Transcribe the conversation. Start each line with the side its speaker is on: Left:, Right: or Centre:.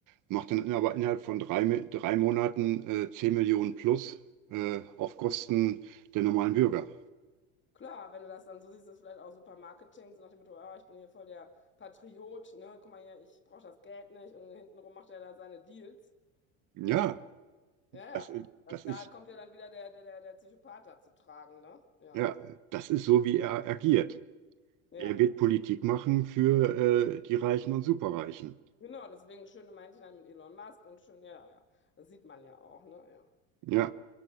Right: macht dann aber innerhalb von drei, Mi- drei Monaten äh, 10 Millionen plus äh, auf Kosten der normalen Bürger.
Left: Klar, wenn du das dann so siehst, ist das vielleicht auch super Marketing, so nach dem Motto, oh, ich bin hier voll der Patriot, ne, guck mal hier, ich brauche das Geld nicht und hintenrum macht er da seine Deals.
Right: Ja,
Left: Ja, ja, ja.
Right: das, i-
Left: Das,
Right: das
Left: da
Right: ist,
Left: kommt ja dann wieder der, der, der, der Psychopath da zu tragen, ne? Ja,
Right: ja, das ist so, wie er agiert.
Left: ja.
Right: Er wird Politik machen für äh, die Reichen und Superreichen.
Left: Genau, deswegen schöne Männchen halt mit Elon Musk und schön, ja, ja. ja. Das sieht man ja auch, ne? Ja.
Right: Ja,